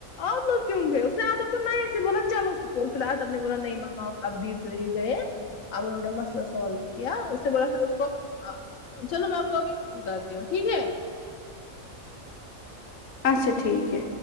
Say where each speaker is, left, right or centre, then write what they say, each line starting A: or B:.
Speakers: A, on the left (about 75°); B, on the left (about 55°).
A: آپ لوگ کیوں گئے اس نے آدو کو نہیں ایسے بولا چلو اس کو کو فی الحات اپ نے برا نہیں مننا ہو <unintelligible> اب د گئے اب انہوں نے مسئلہ سالو کیا سے بو پھر اس کو چلو میں آپ کو ابھی فون کروں ٹھیک ہے
B: اچھا ٹھیک ہے